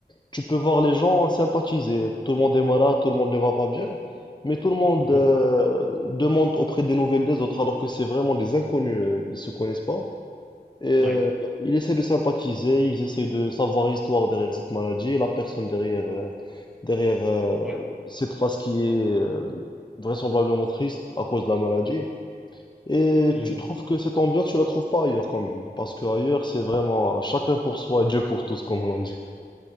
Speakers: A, on the left (about 25°); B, in the centre.
A: tu peux voir les gens sympathiser. Tout le monde est malade, tout le monde ne va pas bien, mais tout le monde
B: Mhm.
A: euh, demande auprès des nouvelles des autres, alors que c'est vraiment des inconnus, euh, ils se connaissent pas. Et euh,
B: Ouais.
A: ils essaient de sympathiser, ils essaient de savoir l'histoire derrière cette maladie, la personne derrière, euh, derrière euh,
B: Ouais.
A: cette face qui est euh, vraisemblablement triste à cause de la maladie. Et
B: Mm.
A: tu trouves que cette ambiance, tu la trouves pas ailleurs quand même, parce que ailleurs c'est vraiment chacun pour soi et Dieu pour tous, comme on l'a dit.